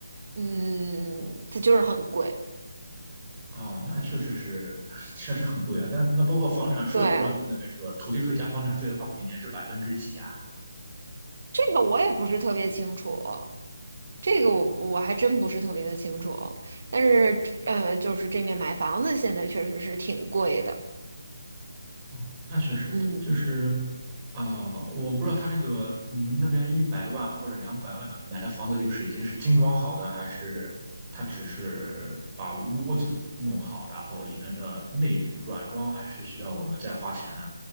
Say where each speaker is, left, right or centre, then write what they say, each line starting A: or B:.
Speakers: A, on the right; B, on the right.
A: 嗯，它就是很贵。
B: 啊，那确实是，确实很贵啊。那那包括房产税，
A: 对，
B: 我不知道你们那边是多少，土地税加房产税的话，每年是百分之几啊？
A: 这个我也不是特别清楚。这个我我还真不是特别的清楚，但是呃，就是这面买房子现在确实是挺贵的，
B: 哦，那确实的，
A: 嗯。
B: 就是啊、我不知道他这个你们那边一百万或者两百万的买的房子，就是已经是精装好的，还是他只是把屋子弄好，然后里面的内软装还是需要我们再花钱的？